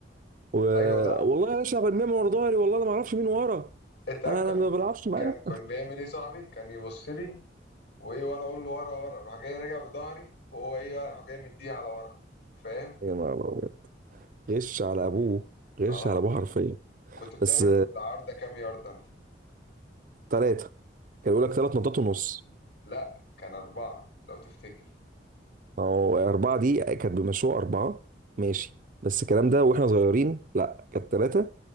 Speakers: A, on the right; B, on the left.
A: و...
B: ايوه لا
A: والله يا باشا برميها من ورا ظهري والله انا ما اعرفش مين ورا
B: انت عارف
A: انا
B: كان
A: انا ما بلعبش معاه
B: كان كان بيعمل ايه صاحبي كان يبص لي وايه وانا اقول له ورا ورا راح جاي راجع بظهري وهو ايه بقى راح جاي مديها على ورا فاهم
A: يا نهار أبيض. غش على ابوه غش
B: اه
A: على ابوه حرفيا
B: كنت بتعمل
A: بس
B: في العارضه كام يارده انت
A: ثلاثه كان يقول لك ثلاث نقطات ونص
B: لا كان اربعه لو تفتكر
A: ما هو اربعه دي كانت بمشروع اربعه ماشي بس الكلام ده واحنا صغيرين لا كانت ثلاثه